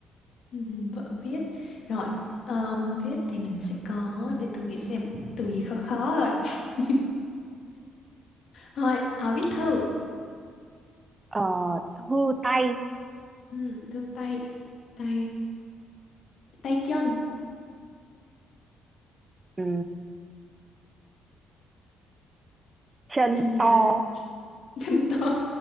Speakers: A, on the left; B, on the right.
A: Ừm, vở viết rồi ờm, viết thì mình sẽ có để tôi nghĩ xem từ gì khó khó rồi <laughs> thôi ờ, viết thư
B: ờ, thư tay
A: Ừm, thư tay tay tay chân
B: ừ, chân
A: chân gì
B: to
A: đấy <laughs> chân to